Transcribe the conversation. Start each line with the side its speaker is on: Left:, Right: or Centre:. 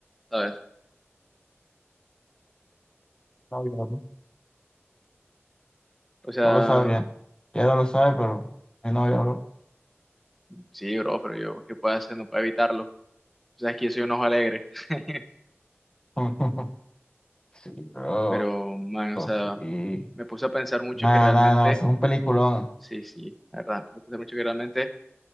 Centre: ¿sabes?
Left: la-
Centre: O sea,
Left: No lo sabía. Ya no lo sabe, pero mi novia, bro.
Centre: sí, bro, pero yo, ¿qué puedo hacer? No puedo evitarlo. O sea, es que yo soy un ojo alegre. <laughs>
Left: <laughs> Sí, bro.
Centre: Pero, man, o sea,
Left: Sí.
Centre: me puse a pensar mucho
Left: Nada,
Centre: que realmente,
Left: nada, nada. Eso es un peliculón.
Centre: sí, sí, la verdad, me puse a pensar mucho que realmente,